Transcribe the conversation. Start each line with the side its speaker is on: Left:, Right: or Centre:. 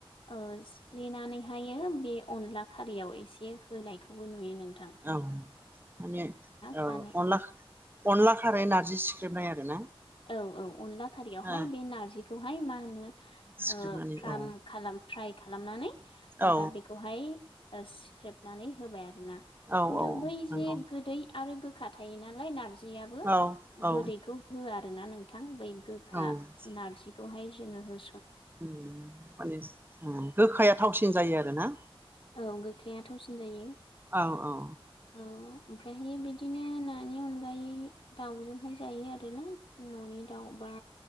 Left: ओ सिफ्लेनानैहाय बे अनला खारियाव एसे होनायखौबो नुयो नों
Right: औ माने
Left: जानो
Right: औ अनला अनला खारै नारजि सि ख्रेबनाय आरो ना।
Left: औ औ अनला खारियावहाय
Right: ओ
Left: बे नारजिखौहाय मा होनो
Right: सिख्रेबनानै
Left: ओ फार्म
Right: औ
Left: खालाम फ्राइ खालामनानै ओमफाय
Right: औ
Left: बेखौहाय सिख्रेबनानै होबाय आरो। ना
Right: औ
Left: खिन्थु
Right: औ
Left: बै
Right: नंगौ
Left: जे गोदै आरो गोखा थायो नालाय नारजि नारजियाबो
Right: औ औ
Left: गोदैखौ हो आरो ना नोंथां बै गोखा
Right: औ
Left: नारजि दहाय जोंङो हो
Right: माने उम गोखाया थावसिन जायो आरो ना।
Left: औ गोखाया थावसिन जायो।
Right: औ औ
Left: उम ओमफ्रायहायो बिदिनो नानि अनगायै दाउजोंहाय जायो आरोना न'नि। दाउबा